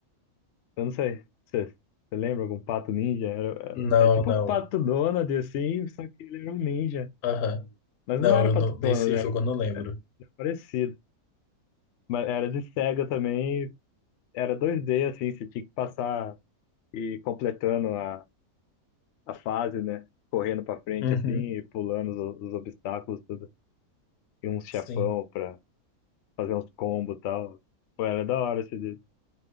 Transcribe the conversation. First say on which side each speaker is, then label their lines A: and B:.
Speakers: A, on the left; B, on the left.
A: Eu não sei, você, você lembra algum pato ninja? Era, era-
B: Não,
A: é tipo
B: não.
A: o pato Donald, assim, só que ele era um ninja.
B: Aham.
A: Mas
B: Não,
A: não era o
B: eu
A: pato
B: não-
A: Donald,
B: desse
A: era
B: jogo eu não lembro.
A: parecido. Mas era de Sega também, era dois d assim, você tinha que passar e ir completando a a fase, né? Correndo pra frente
B: Uhum,
A: assim e pulando os, os obstáculos, tudo. E uns chefão
B: sim.
A: pra fazer uns combos e tal. Pô, era da hora esse dia.